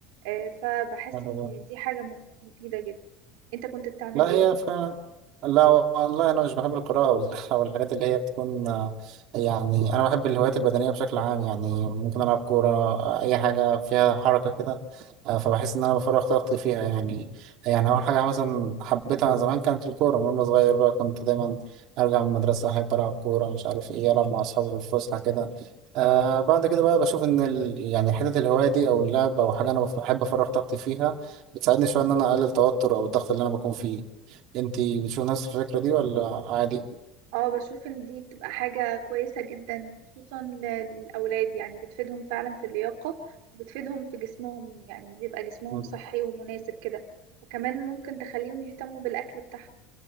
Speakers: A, on the right (about 70°); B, on the right (about 45°).
A: آه فبحس
B: حلو
A: ان
B: ده
A: دي حاجة مف- مفيدة جدا انت كنت بتعمل
B: لا
A: ايه؟
B: هي فعلا لا والله انا مش بحب القراءه وال- <laughs> او الحاجات اللي هي بتكون آه، يعني انا بحب الهوايات البدنيه بشكل عام يعني ممكن العب كوره آه، اي حاجه فيها حركه كده آه، فبحس ان انا بفرغ طاقتي فيها يعني يعني اول حاجه مثلا حبيتها زمان كانت الكوره من وانا صغير بقى كنت دايما ارجع من المدرسه احب العب كوره مش عارف ايه العب مع اصحابي في الفسحه كده آه بعد كده بقى بشوف ان ال... يعني حته الهوايه دي او اللعب او حاجه انا بف- بحب افرغ طاقتي فيها بتساعدني شويه ان انا اقلل التوتر او الضغط اللي انا بكون فيه انت بتشوف نفس الفكرة دي ولا عادي؟
A: اه بشوف ان دي بتبقى حاجة كويسة جدا خصوصا ل- للأولاد يعني بتفيدهم فعلا في اللياقة وبتفيدهم في جسمهم يعني بيبقى جسمهم
B: مم.
A: صحي ومناسب كده وكمان ممكن تخليهم يهتموا بالأكل بتاعهم